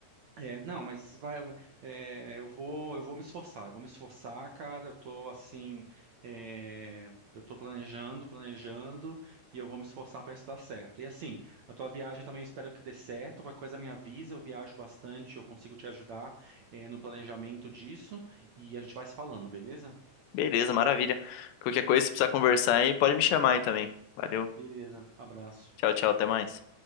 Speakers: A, on the right; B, on the left.
A: É, não, mas vai, é, eu vou, eu vou me esforçar, eu vou me esforçar, cara. Eu tô assim, é, eu tô planejando, planejando, e eu vou me esforçar para isso dar certo. E assim, a tua viagem eu também espero que dê certo. Qualquer coisa me avisa, eu viajo bastante, eu consigo te ajudar, é, no planejamento disso, e a gente vai se falando, beleza?
B: Beleza, maravilha. Qualquer coisa, se precisar conversar aí, pode me chamar aí também. Valeu.
A: Beleza, abraço.
B: Tchau, tchau, até mais.